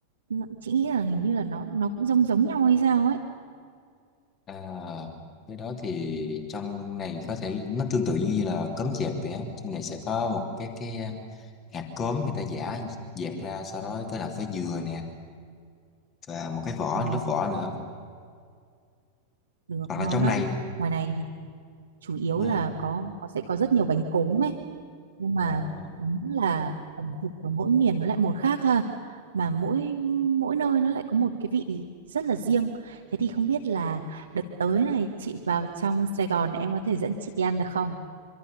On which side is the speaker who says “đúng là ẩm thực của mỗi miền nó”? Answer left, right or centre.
Right